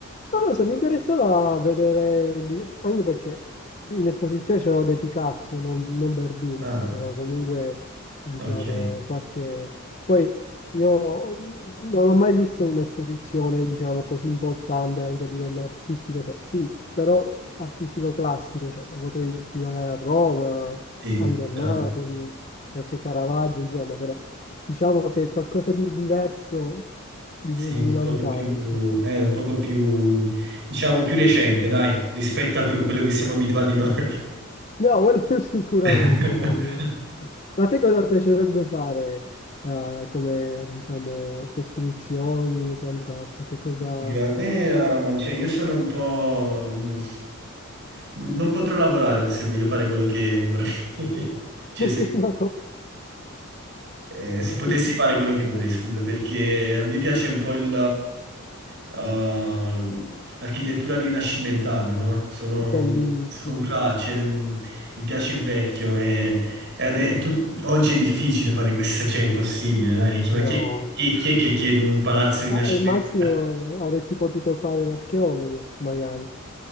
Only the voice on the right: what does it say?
Ah,
ok,
sì,
però-
Sì,
un
poco più,
è un poco più, diciamo, più recente, dai, rispetto a que- quello che siamo abituati noi.
<laughs>
Io- A me, eh, cioè, io sono un po'... mm, Non potrò lavorare se voglio fare quello che vorrei. <laughs> Cioè,
se
Eh, se potessi
fare quello che vorrei, scusa, perché a me piace un po' il, uh, l'architettura rinascimentale, no? Sono
un, sono un cla- cioè, mh, mi piace il vecchio e, e ade- e tut- oggi è difficile fare questo, cioè è impossibile, dai, Nicky, ma chi,
è chi è- chi è che chiede un palazzo rinascimentale?